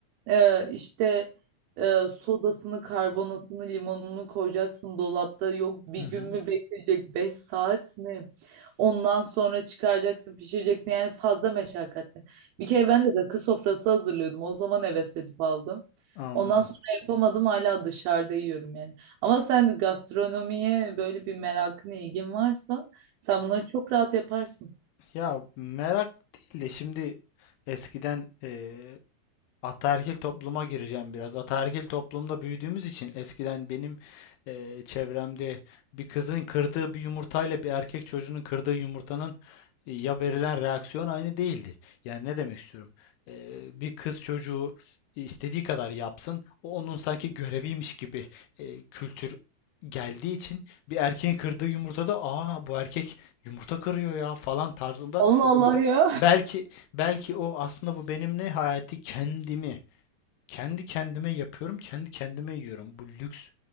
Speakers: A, on the right (about 75°); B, on the left (about 80°).
A: e, işte e, sodasını, karbonatını, limonunu koyacaksın dolapta. Yok bir
B: Hı
A: gün
B: hı.
A: mü bekleyecek? beş saat mi? Ondan sonra çıkaracaksın, pişireceksin. Yani fazla meşakkatli. Bir kere ben de rakı sofrası hazırlıyordum. O zaman heves edip aldım.
B: Anladım.
A: Ondan sonra yapamadım hala dışarıda yiyorum yani. Ama sen gastronomiye böyle bir merakın, ilgin varsa sen bunları çok rahat yaparsın.
B: Ya merak değil de şimdi eskiden eee, Ataerkil topluma gireceğim biraz. Ataerkil toplumda büyüdüğümüz için eskiden benim eee, çevremde bir kızın kırdığı bir yumurtayla bir erkek çocuğunun kırdığı yumurtanın e, ya verilen reaksiyon aynı değildi. Yani ne demek istiyorum? Eee, bir kız çocuğu istediği kadar yapsın, o onun sanki göreviymiş gibi e, kültür geldiği için bir erkeğin kırdığı yumurtada aa bu erkek yumurta kırıyor ya falan tarzında
A: Allah Allah
B: be-
A: ya.
B: belki Belki o aslında bu benim ne hayati kendimi, kendi kendime yapıyorum, kendi kendime yiyorum. Bu lüks,